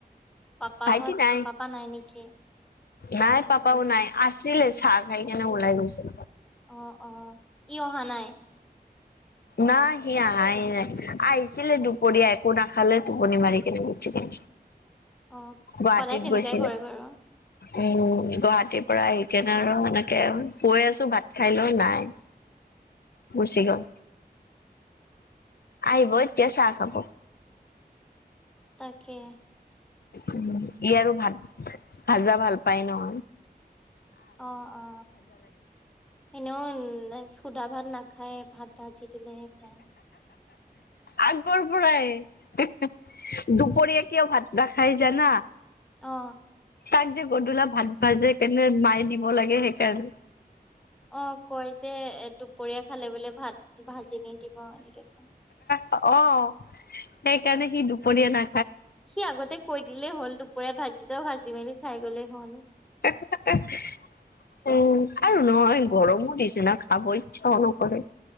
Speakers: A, in the centre; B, on the left (about 70°).
A: পাপাহত
B: ভাইটি নাই
A: পাপা নেকি?
B: নাই পাপাও নাই আছিলে চাহ খাই কেনে ওলাই গৈছিল
A: অ অ ই অহা নাই
B: নাই সি আহাই নাই আহিছিলে
A: অ
B: দুপৰীয়া একো না খালে টোপনি মাৰি কেনে গুছি গল
A: অ
B: গুৱাহাটীত
A: সদায় তেনেকুৱাই
B: গৈছিলো
A: কৰে বাৰু
B: উম গুৱাহাটীৰ পৰা আহিকানে আৰু সেনেকে আৰু কৈ আছো ভাত খাই ল নাই গুচি
A: উম
B: গল আহিব এতিয়া চাহ খাব
A: তাকে
B: উম ই আৰু ভাত ভাজা ভাল পাই ন
A: অ অ এনেও লা সুধা ভাত নাখায়ে ভাত ভাজি দিলেহে খায়
B: আগৰ পৰাই দুপৰীয়া কিয় ভাত নাখাই জানা
A: অ
B: তাক যে গধূলা ভাত ভাজ কেনে মায়ে দিব লাগে সেইকাৰণে
A: অ কয় যে এ দুপৰীয়া খালে বোলে ভাত ভাজি নি দিব এনেকে কয়
B: অ সেইকাৰণে সি দুপৰীয়া না
A: সি আগতে কৈ দিলেই হ'ল দুপৰীয়া ভাত গিটা ভাজি মেলি খাই গলেই হল
B: তাকে উম আৰু নহয় গৰমো দিছে ন খাব ইচ্ছাও নকৰে